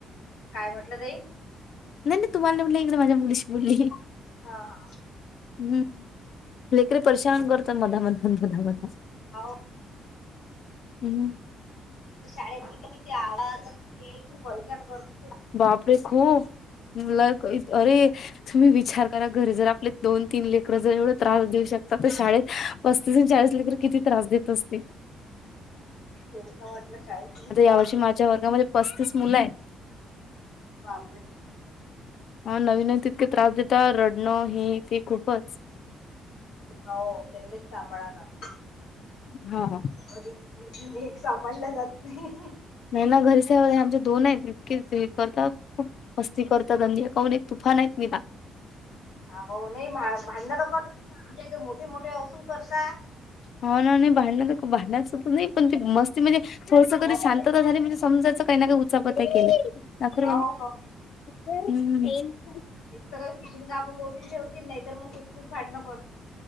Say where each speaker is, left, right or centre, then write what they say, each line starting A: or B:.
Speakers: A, on the left; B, on the left.
A: काय म्हटलं तई.
B: नाही नाही तुम्हाला नाही म्हटलं इकडं माझ्या मुलीशी बोलली.
A: हा हा.
B: हम्म. लेकरी परशान करतात मधामध मधामध.
A: अहो
B: हम्म.
A: शाळेत इथ किती किती आवाज ही पहिचान करून
B: बापरे! ! खूप ल अरे तुम्ही विचार करा घर जर आपले. दोन तीन लेकरं जर एवढे त्रास देऊ शकतात. तर शाळेत पस्तीस, चाळीस लेकरं किती त्रास देत असतील.
A: तेच म्हटलं शाळेत किती
B: आता
A: त्रास
B: या वर्षी
A: देते
B: माझ्या
A: <unintelligible>
B: वर्गामध्ये पस्तीस मुलं आहेत.
A: बापरे! !
B: हा नवीन तितके त्रास देेतात रडणं हे ते खूपच.
A: हो त्यांनीच सांभाळायला लागतय.
B: हा ह.
A: घरी एक सांभाळला जात नाही.
B: नाही ना घरीच आमचे दोन आहे इतकी करतात खूप. मस्ती करतात दम द काऊन एक तुफान आहेत निला.
A: हा नाही भांडणं तर करत न आमच्या इथे मोठे मोठे असून करता.
B: हा ना नाही भांडण तर भांडणच नाही पण ते मस्ती म्हणजे. थोडस करी
A: मग
B: शांतता
A: ते
B: झाली म्हणजे समजायचं काही ना काही उचापतय केलीखोर.
A: हो हो
B: हम्.
A: एक तर काही किचन कामं करून ठेवतील नाही तर मग कुसखुस भांडणं करतील.